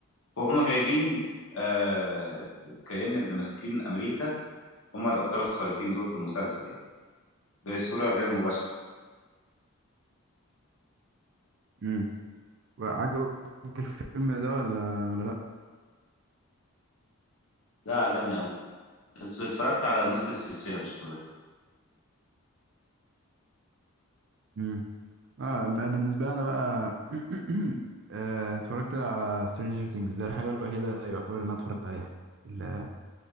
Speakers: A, on the left; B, on the right.
A: فهم جايبين آه كأن اللي ماسكين أمريكا هما الأبطال الخارقين دول في المسلسل يعني. دي الصورة غير مباشرة
B: امم وعجبك الفيلم ده ولا ولا
A: ده عجبني أوي بس اتفرجت على نص السلسلة مش كلها
B: لا اه بقى بالنسبه لي انا بقى <clears throat> آه، اتفرجت على سترينجر ثينجز ده الحاجه الوحيده يعتبر اللي انا اتفرجت عليها ال-